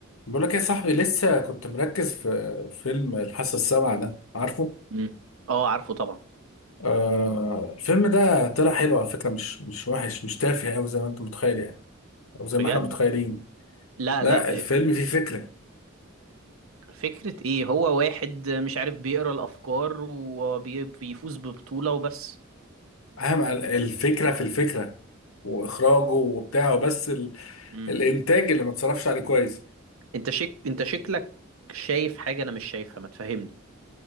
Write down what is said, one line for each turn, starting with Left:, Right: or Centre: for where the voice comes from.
Left: بقول لك يا صاحبي لسه كنت مركز في فيلم الحاسة السابعة ده عارفه
Right: مم. اه عارفه طبعا
Left: آه الفيلم ده طلع حلو على فكرة مش مش وحش مش تافه أوي زي ما أنت متخيل يعني أو زي
Right: بجد
Left: ما إحنا متخيلين
Right: لا
Left: لا
Right: لا إيه،
Left: الفيلم فيه فكرة
Right: فكرة ايه هو واحد مش عارف بيقرا الافكار وبيفوز ببطولة وبس
Left: أهم ال- الفكرة في الفكرة وإخراجه وبتاعه بس ال...
Right: مم.
Left: الإنتاج اللي ما اتصرفش عليه كويس
Right: انت شك انت شكلك شايف حاجة انا مش شايفها ما تفهمني